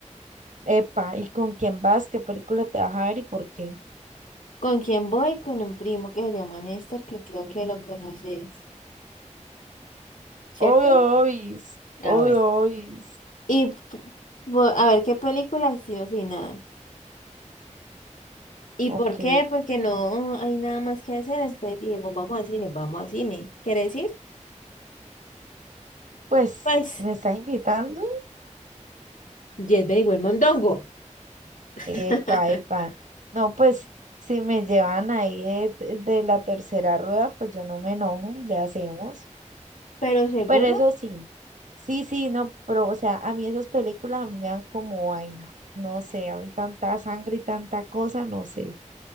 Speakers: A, on the right; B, on the left.
A: Epa, ¿y con quién vas? ¿Qué película te vas a ver y por qué?
B: ¿Con quién voy? Con un primo que se llama Néstor, que creo que lo conoces, ¿cierto?
A: Obvio, obis,
B: Ah,
A: obvio,
B: bueno.
A: obis.
B: Y p- vo- a ver qué película ha sido final. ¿Y
A: Ok,
B: por qué? Porque no hay nada más que hacer. Entonces dijimos, vamos al cine, vamos al cine. ¿Quieres ir?
A: pues,
B: Pues
A: ¿me estás invitando?
B: Yes, very well, mondongo. <laughs>
A: Epa, epa. No, pues si me llevan ahí de, de- de la tercera rueda, pues yo no me enojo, le hacemos.
B: Pero segura,
A: Pero eso sí, sí, sí, no, pero o sea, a mí esas películas a mí me dan como vaina. No sé, a mí tanta sangre y tanta cosa, no sé.